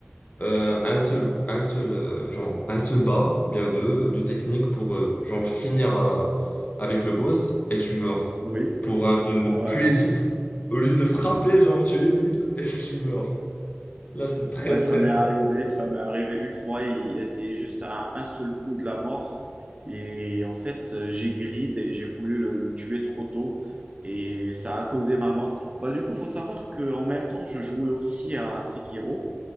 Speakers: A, on the left; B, on the right.
A: euh, un seul, un seul, euh, genre, un seul bas, bien deux, deux techniques pour euh, genre finir euh, avec le boss et tu meurs.
B: Oui.
A: Pour un, une,
B: Ouais,
A: tu hésites, au lieu de frapper, genre, tu hésites et <laughs> tu meurs. Là, c'est très
B: ouais,
A: stressant.
B: ça m'est arrivé, ça m'est arrivé une fois, il était juste à un seul coup de la mort et en fait, euh, j'ai grid et j'ai voulu le, le tuer trop tôt et ça a causé ma mort. Bah du coup, faut savoir que en même temps, je jouais aussi à Sekiro